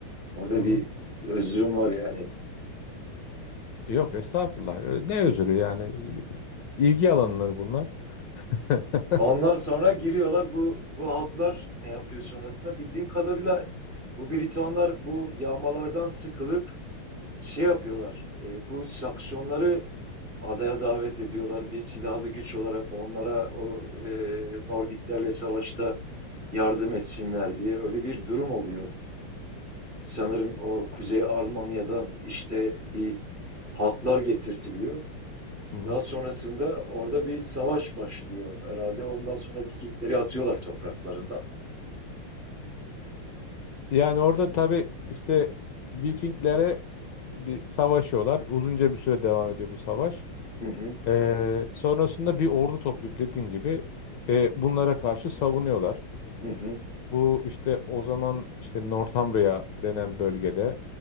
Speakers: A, on the right; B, on the left.
A: Orada
B: Hı hı.
A: bir özrüm var yani.
B: Yok estağfurullah. Ee, Ne özürü yani? İlgi alanları bunlar. <laughs>
A: Ondan sonra giriyorlar bu bu halklar ne yapıyor sonrasında? Bildiğim kadarıyla bu Britonlar bu yağmalardan sıkılıp şey yapıyorlar. e, bu Saksonları adaya davet ediyorlar. Bir silahlı güç olarak onlara o e, Nordiklerle savaşta yardım etsinler diye öyle bir durum oluyor. Sanırım o Kuzey Almanya'dan işte bir halklar getirtiliyor.
B: Hı hı.
A: Daha sonrasında orada bir savaş başlıyor herhalde. Ondan sonra Vikingleri atıyorlar topraklarından.
B: Yani orada tabii işte Vikinglere bir savaşıyorlar. Uzunca bir süre devam ediyor bu savaş.
A: Hı hı,
B: Ee, sonrasında bir ordu toplayıp dediğin gibi e, bunlara karşı savunuyorlar.
A: hı hı,
B: Bu işte o zaman işte Northumbria denen bölgede